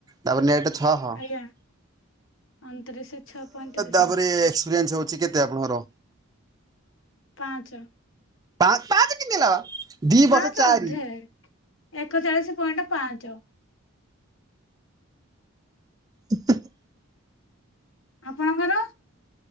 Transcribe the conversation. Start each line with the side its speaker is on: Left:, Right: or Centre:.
Right: ତାପରେ ନେଟ ଛହ ଏ
Left: ଆଜ୍ଞା ଅଣତିରିଶ ଛଅ ପଇଁତିରିଶ
Right: ତାପରେ। ଏକ୍ପପିରିଏନ୍ସ ହଉଛି କେତେ ଆପଣଙ୍କ ର?
Left: ପାଞ୍ଚ।
Right: ପା-ପାଞ୍ଚ କିନ ହେଲା। ଦି ବର୍ଷ
Left: ପାଞ୍ଚ
Right: ଚାରି
Left: ଅଧେ ଏକଚାଳିଶ ପଏଣ୍ଟ ପାଞ୍ଚ।
Right: ଉଁ ହୁଁ ହୁଁ
Left: ଆପଣଙ୍କର।